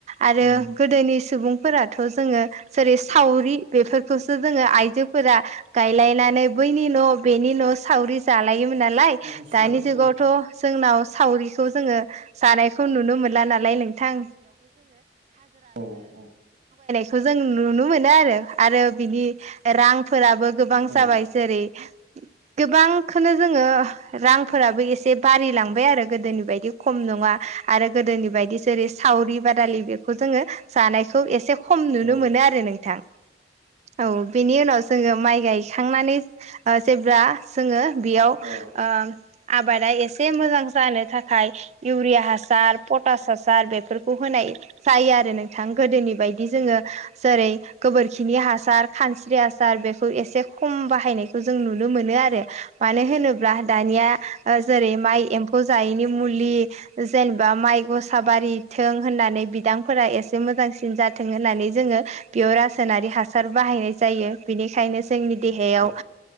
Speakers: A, on the right (about 40°); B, on the right (about 60°).
A: आरो
B: उम
A: गोदोनि सुबुंफोराथ' जोङो जेरै सावरि बेफोरखौ आइजोफोरा गायलायनानै बैनि न' बेनि न' सावरि जालायो नालाय
B: बुस्थु
A: दानि
B: लाना
A: जुगावथ'
B: फैनो
A: जोंनाव सावरिखौ जोङो जानायखौ नुनो मोनो नालाय नोंथां
B: औ औ
A: जों नुनो मोनो आरो आरो बिनि रां फोराबो गोबां
B: औ
A: जाबाय जेरै गोबांखौनो जोङो रांफोराबो एसे बार लांबाय आरो गोदोनि बायदि खम नङा आरो गोदोनि बायदि बायदि जेरै सावरि बादालि बेखौ जोङो जानायखौ एसे खम नुनो
B: औ
A: मोनो आरो नोंथां औ बेनि उनाव जोङो माइ गायखांनानै ओ जेब्ला जोङो बेयाव
B: औ
A: ओ आबादा एसे एसे मोजां जानो थाखाय इउरिया हासार पटास हासार बेफोरखौ होनाय जायो आरो नों बिथां गोदोनि बायदि जोङो जेरै गोबोरखिनि हासार सार खानस्रि आसासार बेखौ एसे खम बाहायनायखौ जों नुनो मोनो आरो मानो होनोब्ला दानि या जेरै माइ एम्फौ जायैनि मुलि जेनबा माइ गसा बारि थे होननानै बिदांफोरा एसे मोजांसिन जाथों होननानै जोङो बेयाव रासनारि हासार हासार बाहायनाय जायो बेनिखायनो जोंनि देहायाव
B: औ